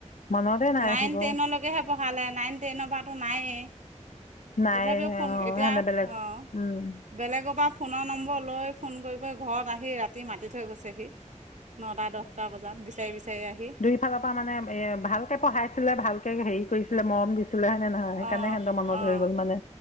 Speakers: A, on the left; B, on the right.
A: মনতে নাৰাখিব
B: নাইন টেনলৈকেহে পঢ়ালে! নাইন টেইনৰ পৰাটো নায়েই।
A: নাই
B: তথাপিও ফোন
A: অঁ
B: এতিয়া অ'
A: বেলেগ উম
B: বেলেগৰ পৰা ফোনৰ নম্বৰ লৈ ফোন কৰি, কৰি ঘৰত আহি ৰাতি মাতি থৈ গৈছেহি! নটা দহটা বজাত, বিচাৰি, বিচাৰি আহি।
A: দুই ফালৰ পৰা মানে এ ভালকে পঢ়াইছিলে, ভালকে হেৰি কৰিছিলে মৰম দি ছিলেনে, নহয় সেইকাৰণে
B: অঁ
A: সিহঁত মনত
B: অঁ
A: হৈ গ'ল মানে